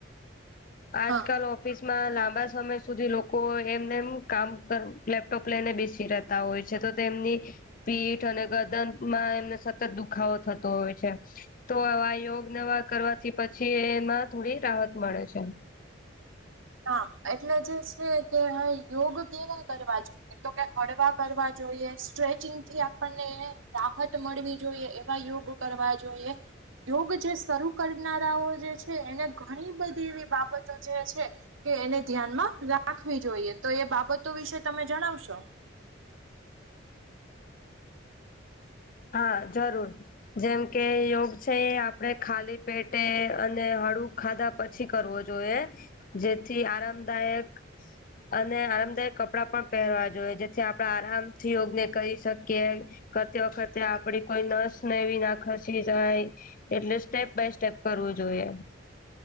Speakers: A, on the left; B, on the right.
A: આજ
B: હા
A: કલ ઓ ઓફિસમાં લાંબા સમય સુધી લોકો એમને એમ કામ લેપટોપ લઈને બેસી રે હોય છે તો તેમની પીઠ અને ગદન માં એમને સતત દુખાવો થતો હોય છે. તો આ યોગ નવા કરવાથી પછી એમાં થોડી રાહત મળે છે.
B: હા એટલે જે છે કે હ યોગ કેવા કરવા જોઈએ તો કે હળવા કરવા જોઈએ સ્ટ્રેચિંગ થી આપણને રાહત મળવી જોઈએ એવા યોગ કરવા જોઈએ. યોગ જે શરૂ કરનારાઓ જે છે એને ઘણી બધી એવી બાબતો જે છે કે એને ધ્યાનમાં રાખવી જોઈએ. તો એ બાબતો વિશે તમે જણાવશો?
A: હા જરૂર જેમ કે યોગ છે એ આપડે ખાલી પેટે અને હળું ખાધા પછી કરવો જોઈએ જેથી આરામદાયક અને આરામદાયક કપડાં પણ પહેરવા જોઈએ જેથી આપડા આરામ યોગને કરી શકીએ કરતી વખત કોઈ નસને વિ ના ખસી જાય એટલે સ્ટેપ બાય સ્ટેપ કરવું જોઈએ.